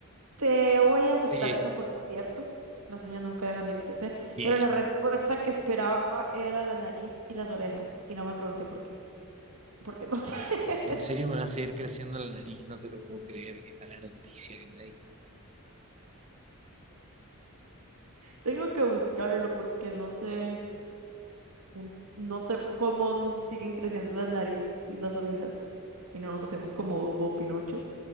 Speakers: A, on the right; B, on the right.
A: te voy a aceptar
B: Sí.
A: esa porque es cierto. Las uñas nunca dejan de crecer,
B: Bien.
A: pero la respuesta que esperaba era la nariz y las orejas, y no me pregunté por qué, porque no sé. <laughs>
B: ¿En serio me va a seguir creciendo la nariz? No te lo puedo creer. Qué mala noticia que me diste.
A: Tengo que buscarlo porque no sé. No no sé p- cómo n- siguen creciendo la nariz y las orejas y no nos hacemos como Dumbo o Pinocho,